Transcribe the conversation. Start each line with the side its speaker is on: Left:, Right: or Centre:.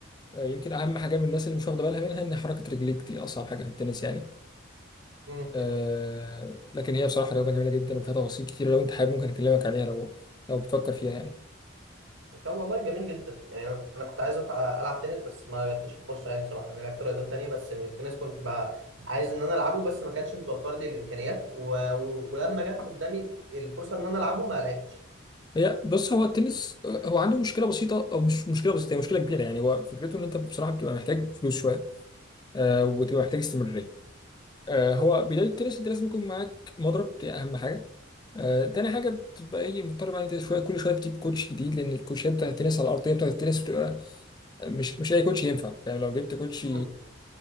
Left: آه، يمكن اهم حاجه من الناس اللي مش واخده بالها منها ان حركه رجليك دي اصعب حاجه في التنس يعني
Right: مم.
Left: آه، لكن هي بصراحه رياضه جميله جدا وفيها تفاصيل كتيره لو انت حابب ممكن اكلمك عليها لو لو بتفكر فيها يعني
Right: طب والله جميل جدا يعني انا كنت عايز أتع- العب تنس بس ما جاتليش الفرصه يعني صراحه انا لعبت رياضات تانية بس يعني التنس كنت بقى عايز ان انا العبه بس ما كانش متوفر لي الامكانيات و... و... ولما جت قدامي الفرصه ان انا العبه ما لعبتش
Left: هي بص هو التنس آه، هو عنده مشكله بسيطه او مش مشكله بسيطه هي مشكله كبيره يعني هو فكرته ان انت بصراحه بتبقى محتاج فلوس شويه آه وبتبقى محتاج استمراريه آه هو بدايه التنس انت لازم يكون معاك مضرب دي اهم حاجه آه تاني حاجه بتبقى ايه مضطر بقى إن انت شويه كل شويه تجيب كوتش جديد لان الكوتشات بتاعت التنس على الارضيه بتاعت التنس بتبقى مش مش اي كوتش ينفع فاهم لو جبت كوتش
Right: مم.